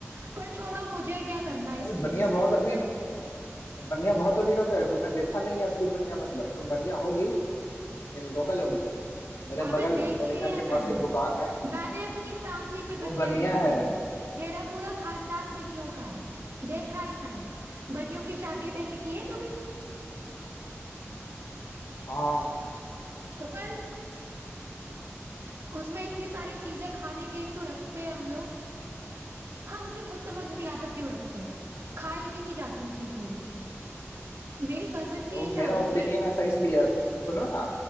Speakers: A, on the right (about 75°); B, on the left (about 90°).
A: पर छोड़ो मुझे क्या करना है इस
B: अरे
A: चीज
B: बनिया
A: से
B: बहुत अमीर बनिया बहुत अमीर होता है तुमने देखा नहीं है असली बनिया मतलब तुम बनिया होगी यानी लोकल होगी मेरे
A: अबे
B: बगल
A: देखे
B: मेरे घर
A: हैं
B: के
A: मैंने
B: पास एक दुकान है
A: मैंने अपनी फैमिली में बनिया
B: वो बनिया
A: देखे
B: है
A: हैं मेरा पूरा खानदान बनियों का है देखा है मैंने बनियों की शादी अटेंड की है कभी
B: हाँ
A: तो फिर उसमें इतनी सारी चीजें खाने की एक तो रखते हैं हम लोग हाँ मुझे खुद समझ नहीं आता क्यों रखते हैं खाई भी नहीं जाती उतनी चीजें मेरी कजन
B: वो
A: की शादी
B: मेरा ओपिनियन
A: थी
B: ऐसा इसलिए है- तुम सुनो ना